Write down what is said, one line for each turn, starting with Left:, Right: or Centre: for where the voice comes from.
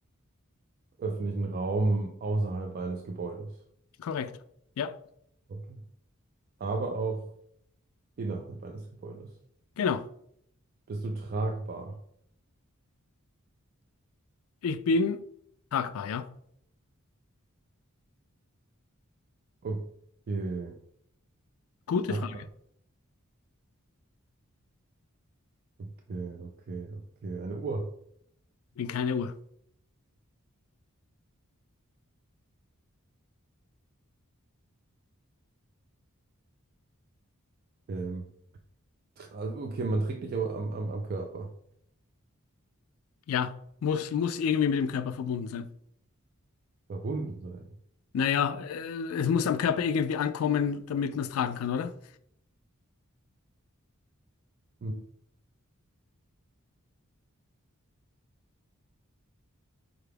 Right: öffentlichen Raum außerhalb eines Gebäudes.
Left: korrekt. Ja,
Right: Okay. Aber auch innerhalb eines Gebäudes.
Left: genau.
Right: Bist du tragbar?
Left: Ich bin tragbar, ja.
Right: Okay.
Left: Gute
Right: Hat,
Left: Frage.
Right: okay, okay, okay. Eine Uhr.
Left: Bin keine Uhr.
Right: Ähm, also, okay, man trägt dich aber am, am, am Körper.
Left: Ja, muss, muss irgendwie mit dem Körper verbunden sein.
Right: Verbunden sein.
Left: Naja, äh, es muss am Körper irgendwie ankommen, damit man es tragen kann, oder?
Right: Hm,